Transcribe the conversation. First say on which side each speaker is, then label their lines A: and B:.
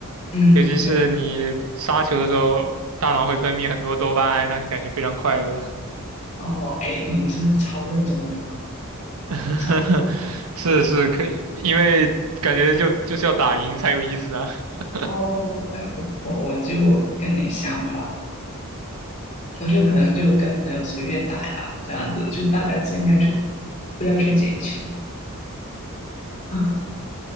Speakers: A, on the left (about 35°); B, on the right (about 80°).
A: 嗯，
B: 尤其是你杀球的时候，
A: 对，
B: 大脑会分泌很多多巴胺，让你感觉非常快乐。
A: 哦，哎，你你是超认真的打，
B: <laughs>
A: 吓死我了
B: 是是，可以，因为感觉就就是要打赢才有意思啊。<laughs>
A: 哦，哎，我我我就跟你相反，我就可能就跟朋友随便打一打这样子，就大家尽量去不要去捡球。<laughs>